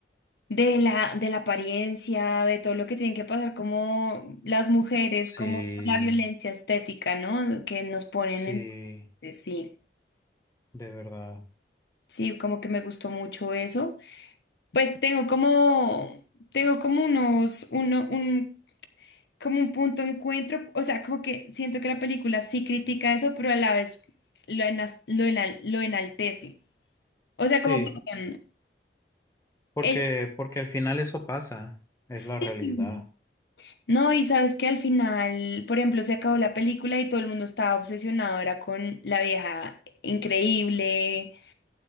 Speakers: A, on the left; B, on the left.
A: de la, de la apariencia, de todo lo que tienen que pasar como las mujeres,
B: sí,
A: como la violencia estética, ¿no? Que nos ponen
B: sí,
A: en... eh, Sí,
B: de verdad.
A: sí, como que me gustó mucho eso. Pues tengo como, tengo como unos, uno, un, como un punto de encuentro, o sea, como que siento que la película sí critica eso, pero a la vez lo, enas- lo, enal- lo enaltece. O sea,
B: Sí,
A: como, perdón,
B: porque,
A: ella-
B: porque al final eso pasa, es
A: sí.
B: la realidad.
A: No, y sabes que al final, por ejemplo, se acabó la película y todo el mundo estaba obsesionado, era con la vieja increíble.